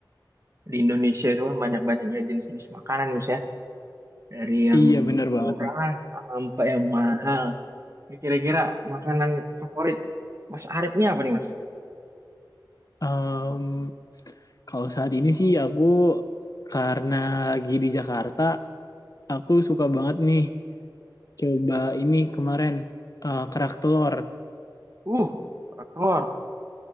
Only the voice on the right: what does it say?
di Indonesia itu kan banyak-banyaknya jenis-jenis makanan Mas ya. Dari yang
murah
sampai yang mahal. Ya, Kira-kira makanan favorit Mas Arifnya apa nih Mas?
Uh, kerak telur.